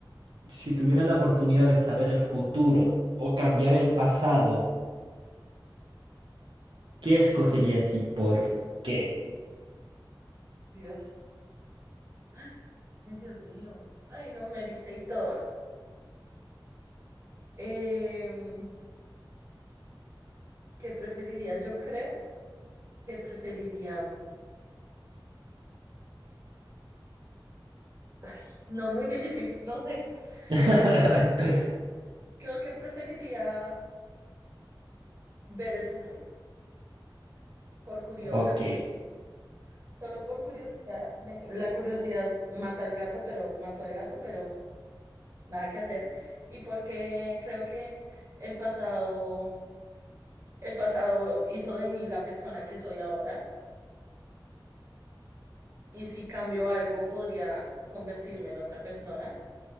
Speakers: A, on the right; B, on the right.
A: si tuviera la oportunidad de saber el futuro o cambiar el pasado, ¿qué escogerías y por qué?
B: Dios. Ay, ay, Dios mío. Ay, no, me ericé y todo. <laughs> Em, ¿qué preferiría? Yo creo que preferiría. Ay, no, muy difícil, no sé.
A: <laughs>
B: Pero <laughs> creo que preferiría ver el futuro. Por curiosa,
A: Ok,
B: solo por curiosidad. me- La curiosidad mata al gato, pero mató al gato, pero nada que hacer. Y porque creo que el pasado, el pasado hizo de mí la persona que soy ahora. y si cambio algo podría convertirme en otra persona.